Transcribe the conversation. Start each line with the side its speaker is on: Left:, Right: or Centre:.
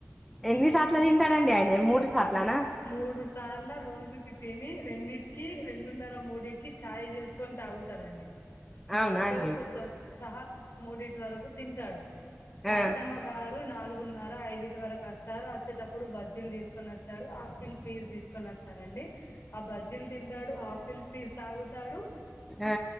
Centre: ఎన్ని సాట్ల తింటారండి ఆయనే మూడు సాట్లనా
Left: మూడు సార్ల రోజుకి తిని రెండింటికి రెండున్నర మూడిటికి ఛాయ్ చేస్త కొని తాగుతాడు అండి
Centre: అవునా
Left: దోస్తుల్
Centre: అండి
Left: తో సహా మూడిటి వరకు తింటాడు మా
Centre: ఆ
Left: అత్తమ్మ గారు నాలుగున్నర ఐదుటి వరకు వస్తారు వచ్చేటప్పుడు ప్పుడు బజ్జీలు తీసుకొని వస్తాడు ఆఫిల్ పీస్ తీసుకొని వస్తారండి ఆ బజ్జీలు తింటాడు ఆపిల్ పీస్ తాగుతాడు
Centre: ఆ